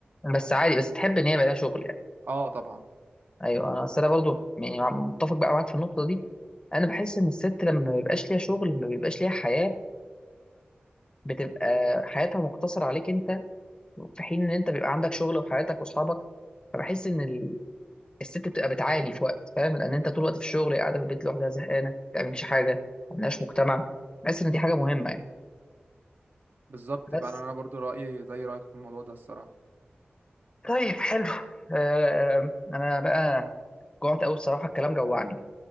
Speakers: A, on the left (about 25°); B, on the right (about 60°).
A: بس عادي بس تحب ان هي يبقى لها شغل يعني
B: اه طبعا
A: ايوه انا اصل انا برضو يعني متفق بقى معاك في النقطه دي انا بحس ان الست لما ما بيبقاش ليها شغل ما بيبقاش ليها حياه بتبقى حياتها مقتصره عليك انت في حين ان انت بيبقى عندك شغل وحياتك واصحابك فبحس ان الست بتبقى بتعاني في وقت فاهم لان انت طول الوقت في الشغل قاعده في البيت لوحدها زهقانه ما بتعملش حاجه ما عندهاش مجتمع بحس ان دي حاجه مهمه يعني
B: بالظبط
A: بس
B: فعلا انا برضو رايي زي رايك في الموضوع ده الصراحه
A: طيب حلو آه انا بقى جوعت قوي بصراحه الكلام جوعني